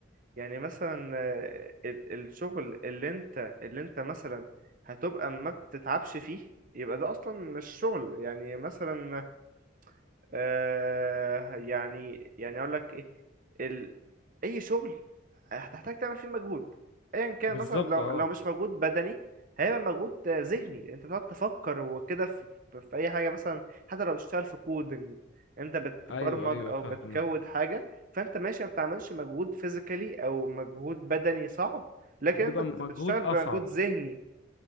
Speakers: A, on the right; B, on the left.
A: يعني مثلا آه، ال- الشغل اللي انت اللي انت مثلا هتبقى ما بتتعبش فيه يبقى ده اصلا مش شغل يعني مثلا آه يعني يعني اقول لك ايه ال... اي شغل هتحتاج تعمل فيه مجهود ايا كان
B: بالظبط
A: مثلا لو
B: اه
A: لو مش مجهود بدني هيبقى مجهود آه، ذهني انت تقعد تفكر وكده في, في في اي حاجه مثلا حتى لو بتشتغل في كودنج انت بتبرمج
B: ايوه ايوه
A: او
B: فاهمك
A: بتكود حاجه فانت ماشي ما بتعملش مجهود فيزيكالي او مجهود بدني صعب لكن
B: بيبقى
A: انت بت-
B: مجهود
A: بتشتغل بمجهود
B: اصعب
A: ذهني